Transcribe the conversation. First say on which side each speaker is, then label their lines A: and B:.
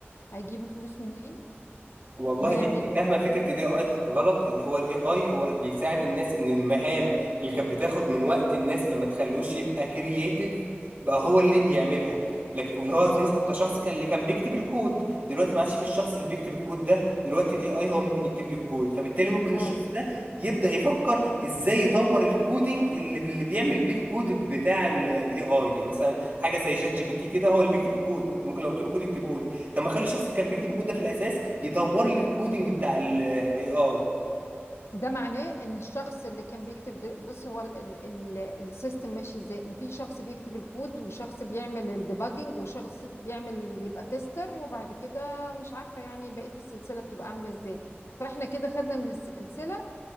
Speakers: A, on the left; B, on the right.
A: هيجيبوا فلوس منين
B: والله
A: وهيعملوا
B: انت فاهمه
A: ايه
B: فكره الاي اي غلط اللي هو الاي اي هو بيساعد الناس ان المهام اللي كانت بتاخد من وقت الناس اللي ما تخلوش يبقى كرييتيف بقى هو اللي بيعملها لكن اللي هو مثلا كشخص كان اللي كان بيكتب الكود دلوقتي ما عادش في الشخص اللي بيكتب الكود ده دلوقتي الاي اي هو ممكن يكتب لي الكود فبالتالي ممكن
A: اه
B: الشخص ده يبدا يفكر ازاي يطور الكودينج اللي, اللي بيعمل بيه الكود بتاع الاي اي يعني مثلا حاجه زي شات جي بي تي كده هو اللي بيكتب الكود ممكن لو قلت له كود يكتبه لي طب ما اخلي الشخص اللي كان بيكتب الكود ده في الاساس يطور لي الكودينج بتاع الاي اي
A: ده معناه ان الشخص اللي كان بيكتب در- بص هو ال- ال- ال- السيستم ماشي ازاي ان في شخص بيكتب الكود وشخص بيعمل الديباجنج وشخص بيعمل بيبقى تيستر وبعد كده مش عارفة يعني بقية السلسلة بتبقى عاملة ازاي فاحنا كده خدنا من السلسلة